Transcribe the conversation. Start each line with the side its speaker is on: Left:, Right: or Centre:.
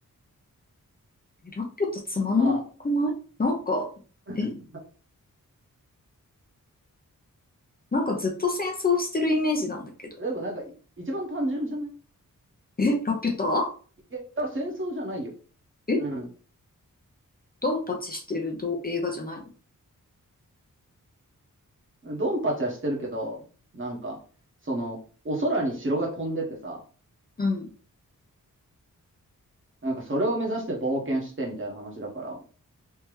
Left: え、ラピュタつまんなくないなんか、
Right: まあ、<laughs>
Left: え、なんかずっと戦争してるイメージなんだけど。
Right: でもなんか、い一番単純じゃないい
Left: え、ラピュタ
Right: や、いや戦争じゃないよ。
Left: え、
Right: うん。
Left: ドンパチしてるど、映画じゃないの
Right: ドンパチはしてるけど、なんか、その、お空に城が飛んでてさ、
Left: うん。
Right: なんかそれを目指して冒険してみたいな話だから。